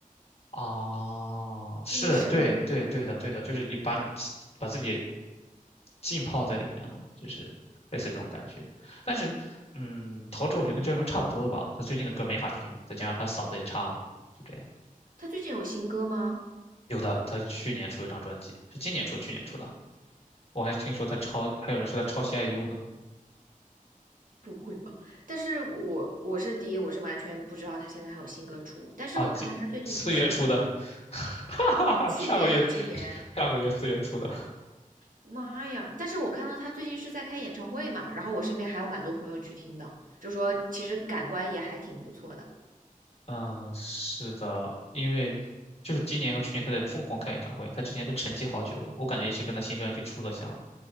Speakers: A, on the left; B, on the right.
A: 啊，是对对对的，
B: 这种审美。
A: 对的，就是你把你把自己浸泡在里面了，就是类似这种感觉。但是，嗯，陶喆我觉得跟周杰伦差不多的吧，他最近的歌没法听，再加上他嗓子也差了，就这样。
B: 他最近有新歌吗？
A: 有的，他去年出一张专辑，是今年出，去年出的。我还听说他抄，还有人说他抄袭 IU 呢。
B: 不会吧？但是我我是第一，我是完全不知道他现在还有新歌出，但是我看到他最近不是
A: 啊，今四月出的，<laughs> 哈哈哈，
B: 去年、
A: 上个月，
B: 今年，
A: 上个月四月出的。
B: 妈呀！但是我看到他最近是在开演唱会嘛，然后我身边还有蛮多朋友去听的，就说其实感官也还挺不错的。
A: 嗯，是的，因为就是今年和去年他在疯狂开演唱会，他之前都沉寂好久了，我感觉也是跟他新专辑出了想